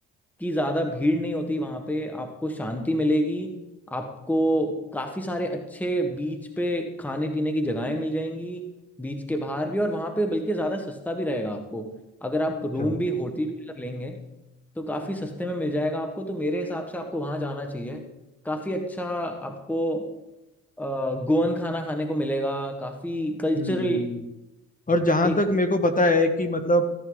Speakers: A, in the centre; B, on the left (about 25°).
A: कि ज्यादा भीड़ नहीं होती वहाँ पे आपको शांति मिलेगी आपको काफी सारे अच्छे बीच पे खाने पीने की जगहें मिल जाएंगी बीच के बाहर भी और वहाँ पे बल्कि ज्यादा सस्ता भी रहेगा आपको अगर आप
B: अच्छा
A: रूम भी होटल भी अगर लेंगे तो काफी सस्ते में मिल जाएगा आपको तो मेरे हिसाब से आपको वहाँ जाना चाहिए काफी अच्छा आपको गोवन खाना खाने को मिलेगा काफी कल्चरल
B: हम्म और जहां
A: एक
B: तक मेरे को पता है कि मतलब